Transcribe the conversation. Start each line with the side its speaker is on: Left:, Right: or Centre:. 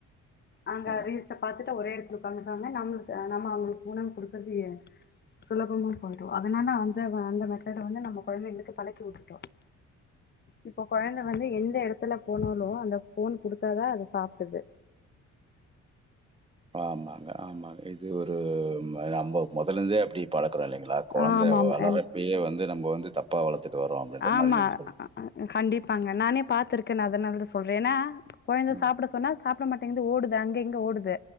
Left: அங்க
Right: ஆமாம்
Left: ரீல்ஸ பாத்துட்டா ஒரே எடத்துல உக்காந்துகுவாங்க நம் நம்ம அவங்களுக்கு உணவு குடுக் வல்லியே சுலபமா போய்டும் அதனால அந்த அந்த மெத்தேட வந்து நம்ம கொழந்தங்களுக்கு பழக்கி விட்டுட்டோம் இப்ப கொழந்த வந்து எந்த எடத்துல போனாலும் அந்த போன் குடுத்தாதான் அத சாப்டுது
Right: ஆமாங்க ஆமாங்க இத் து ஒரு நம்ப மொதலந்தே அப்புடி பழக்கறோம் இல்லைங்ளா கொழந்தை
Left: ஆமா
Right: வளர
Left: ஆமா
Right: பிள்ளைய வந்து நம்ப வந்து தப்பா வளத்துட்டு வர்றோம் அப்டின்ற
Left: ஆமா
Right: மாரி நீங்க சொல்
Left: அ அ கண்டிப்பாங்க நானே பாத்திருக்கேன் நா அதனால சொல்றேன் ஏன்னா கொழந்த
Right: சொல்லுங்க
Left: சாப்ட சொன்னா சாப்ட மாட் ந்து ஓடுது அங்க இங்க ஓடுது